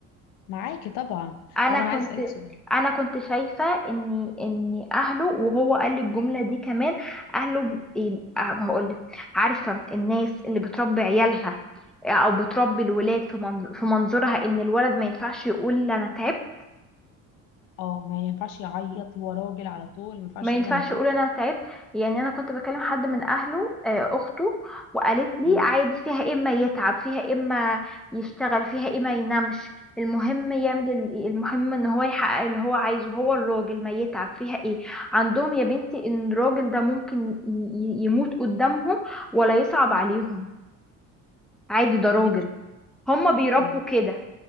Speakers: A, on the left; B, in the centre.
A: معاكي طبعا
B: انا
A: طب
B: كنت
A: انا عايز اسالك سؤال
B: انا كنت شايفة ان ان اهله وهو قال لي الجملة دي كمان اهله ب- إيه، آه، هقولك عارفة الناس اللي بتربي عيالها او بتربي الولاد في من- في منظورها ان الولد ما ينفعش يقول انا تعبت
A: اه ما ينفعش يعيط هو راجل على طول ما ينفعش
B: ما ينفعش
A: يقول انا تعبت
B: اقول انا تعبت يعني انا كنت بكلم حد من اهله آه، اخته وقالت لي
A: مم.
B: عادي فيها إيه اما يتعب فيها إيه اما يشتغل فيها اما ينامش المهم يعمل ال- المهم ان هو يحقق اللي هو عايزه هو الراجل ما يتعب فيها ايه عندهم يا بنتي ان الراجل ده ممكن ي- ي- يموت قدامهم ولا يصعب عليهم عادي ده راجل
A: هي دي مش
B: هما بيربوا
A: مم.
B: كده